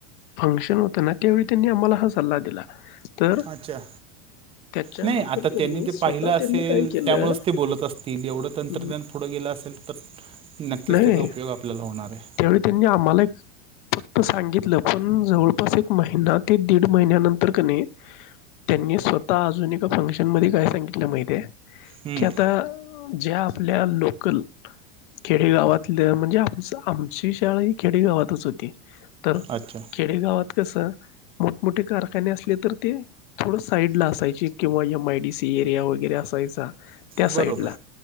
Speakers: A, on the left; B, on the right.
A: फंक्शन होत ना त्यावेळी त्यांनी आम्हाला हा सल्ला दिला. तर
B: अच्छा.
A: त्याच्यानंतर
B: नाही आता
A: त्यांनी
B: ते
A: स्वतः
B: पाहिलं असेल
A: त्यांनी काय
B: त्यामुळेच
A: केलं
B: ते बोलत असतील एवढं तंत्रज्ञान
A: अं,
B: पुढं गेलं असेल तर नक्कीच
A: नाही
B: त्याचा उपयोग आपल्याला होणार आहे.
A: त्यावेळी त्यांनी आम्हाला एक फक्त सांगितलं. पण जवळपास एक महिना ते दीड महिन्यानंतर कनी त्यांनी स्वतः अजून एका फंक्शन मध्ये काय सांगितलं माहिती आहे.
B: हम्म
A: कि आता ज्या आपल्या लोकल खेडेगावातल्या म्हणजे आमचा आमची शाळा ही खेडेगावातच होती. तर
B: अच्छा
A: खेडेगावात कसं मोठमोठे कारखाने असले तर ते थोडं साईडला असायचे. किंवा M I D C area वगैरे असायचा. त्या साईडला
B: बरोबर.